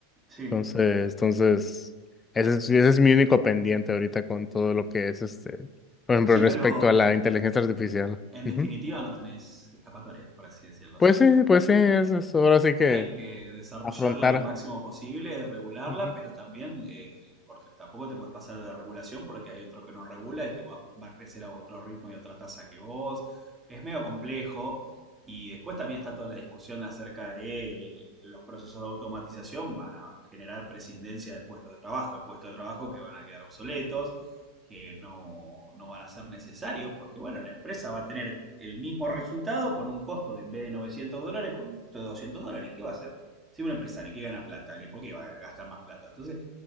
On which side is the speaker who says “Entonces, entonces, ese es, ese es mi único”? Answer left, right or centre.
Left